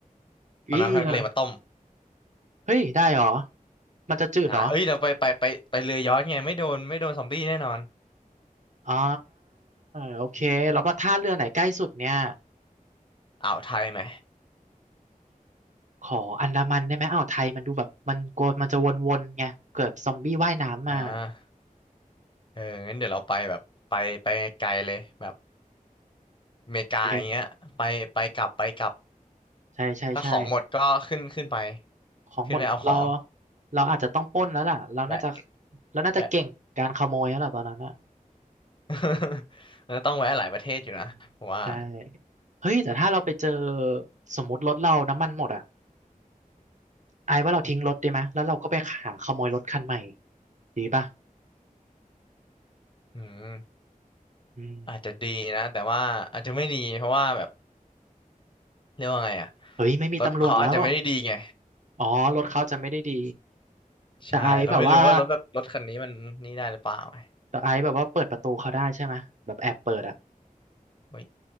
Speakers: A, on the left (about 35°); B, on the right (about 55°).
A: เอาน้ำทะเลมาต้ม
B: อี้แล้วเฮ้ย ได้เหรอ มันจะจืดเหรอ
A: อ่าเอ้ยเราไปไปไปไปเรือย้อนไงไม่โดนไม่โดนซอมบี้แน่นอน
B: อ๋อ โอเคแล้วมาท่าเรือไหนใกล้สุดเนี่ย
A: อ่าวไทยไหม
B: ขออันดามันได้ไหมอ่าวไทยมันดูแบบมันกลัวมันจะวนๆไงเกิดซอมบี้ว่ายน้ำมา
A: อ่าเอองั้นเดี๋ยวเราไปแบบไปไปไกลเลยแบบ อเมริกาอย่างเงี้ยไปไปกลับไปกลับ
B: โอเคใช่ใช่ใช่
A: ถ้าของหมดก็ขึ้นขึ้นไป
B: ของหมดเรา
A: ขึ้นไปเอาของ
B: เราอาจจะต้องปล้นแล้วล่ะเราน่าจะ
A: แวะ
B: เราน่าจะเก่งการขโมยแล้วล่ะตอนนั้นอ่ะ
A: แวะ <laughs> แล้วต้องแวะหลายประเทศอยู่นะผมว่า
B: อืมใช่เฮ้ยแต่ถ้าเราไปเจอสมมติรถเราน้ำมันหมดอ่ะไอ้ว่าเราทิ้งรถดีไหมแล้วเราก็ไปหาขโมยรถคันใหม่ดีป่ะ
A: อืม
B: อืม
A: อาจจะดีนะแต่ว่าอาจจะไม่ดีเพราะว่าแบบเรียกว่าไงอะ
B: เฮ้ยไม่มีตำรวจแล้ว
A: รถเขาอาจจะไม่ได้ดีไง
B: อ๋อรถเขาจะไม่ได้ดี
A: ใช่เราไม่รู้ว่ารถแบบรถคันนี้มันนี่ได้หรือเปล่าไง
B: แต่ไอ้แบบว่าแต่ไอ้แบบว่าเปิดประตูเขาได้ใช่ไหมแบบแอบเปิดอ่ะ
A: เฮ้ย